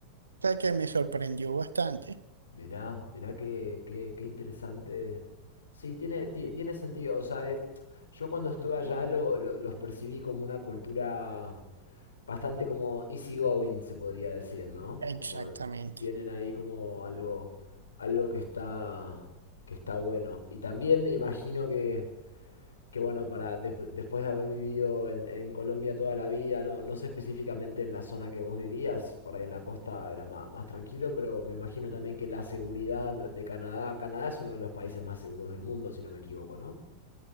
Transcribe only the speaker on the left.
Mirá, mirá qué, qué, qué interesante. Sí, tiene, ti- tiene sentido. O sea, es- yo cuando estuve allá lo, lo- los percibí como una cultura bastante como easygoing, se podría decir, ¿no?
Como tienen ahí como algo, algo que está, que está bueno. Y también imagino que que bueno, para des- después de haber vivido en, en Colombia toda la vida, no, no sé específicamente en la zona que vos vivías, por ahí en la costa era ma- más, tranquilo, pero me imagino también que la seguridad de Canadá, Canadá es uno de los países más seguros del mundo, si no me equivoco, ¿no?